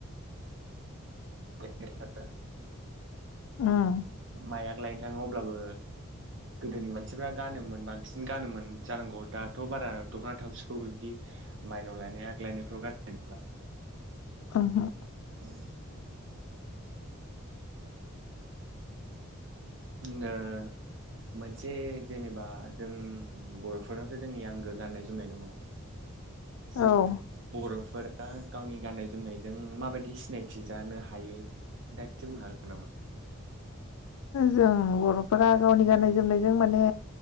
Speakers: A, on the right; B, on the left.
A: <unintelligible>
B: उम
A: माया? लायनो थाङो अब्लाबो गोदोनि मानसिफ्रा गानोमोन बांसिन गानोमोन जानांगौ दाथ' बारा द'खना थावसिखौ बिबदि माइनाव लायनाय आग लायनायफ्राव गानोब्ला
B: औ हो
A: उम्म दा मोनसे जेनेबा जों बरफोरनावथ जोंनि आंगो गाननाय जोमनाय दङ जों
B: ओहो
A: बर'फोरा दा गावनि गाननाय जोमनायजों माबायदि सिनायथि जानो हायो दा एसे बुंनो हागोन नामा
B: जों बर'फोरा गावनि गाननाय जोमनायजों माने